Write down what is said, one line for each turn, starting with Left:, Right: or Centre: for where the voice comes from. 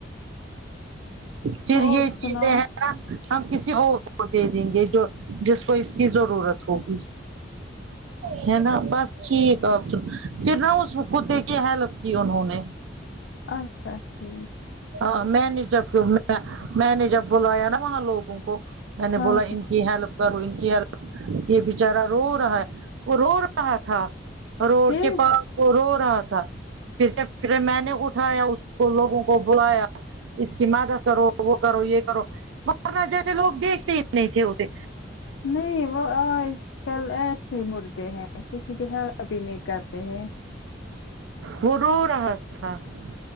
Right: پھر
Left: اور
Right: یہ چیزیں
Left: سناؤ
Right: ہیں ہم کسی اور کو دے دیں گے جو جس کو اس کی ضرورت ہوگی ہے نا بس ٹھیک ہے آپ سن پھر نہ اس کوتے کے ہیلپ کی انہوں نے
Left: اچھا ٹھیک
Right: ہاں میں نے جب میں نے جب بلایا نا وہاں لوگوں کو میں نے
Left: ہاں
Right: بولا ان کی ہیلپ کرو ان کی ہیلپ یہ بچارہ رو رہا ہے وہ رو رہا تھا روڈ
Left: پھر
Right: کے پاس وہ رو رہا تھا پھر پھرے میں نے اٹھایا اس کو لوگوں کو بلایا اس کی مدد کرو وہ کرو یہ کرو ورنہ جیسے لوگ دیکھتے ہی نہیں تھے انھے
Left: نہیں وہ آج آج کل ایسے مڑتے ہیں کسی کی ہیلپ بھی نہیں کرتے ہیں
Right: وہ رو رہا تھا کون